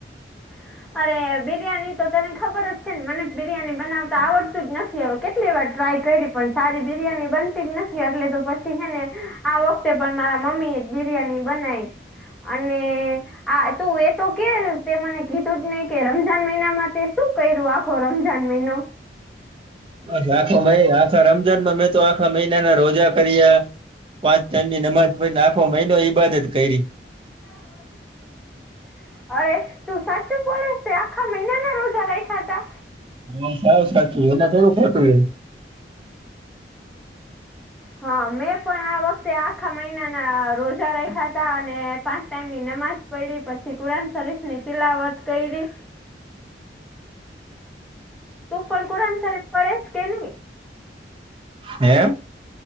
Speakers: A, in the centre; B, on the right (about 30°).
A: <inaudible> અરે, બિરયાની તો તને ખબર જ છે ને મને બિરિયાની બનાવતા આવડતું જ નથી કેટલી વાર ટ્રાય કરી પણ, સારી બિરિયાની બનતી જ નથી એટલે તો પછી હેને આ વખતે પણ મારા મમ્મી, એ જ બિરિયાની બનાવી અને આ તું, એ તો કે તે મને કીધું જ નહી કે રમજાન મહિનામાં તે શું કર્યું આખો રમજાન મહિનો
B: બ આખો આખા રમજાનમાં મેં, તો આખા મહિનાના રોજા કર્યા પાંચ ટણ ની નમાજ પને, આખો મહિનો ઈબાદત કરી
A: હ અરે તું સાચું બોલેસ આખા મહિના ના રોજા રાખા ત
B: હા સાવું સાચું એના થવું ખતું એ
A: હા, મેં પણ આ વખતે આખા મહિનાના રોજા રખા ત અને પાંચ ટાઈમની નમાજ પડી પછી, કુરાન શરીફ ની તિલાવત કરી તું, પણ કુરાણ સાબ પડેસ કે નહી
B: હે.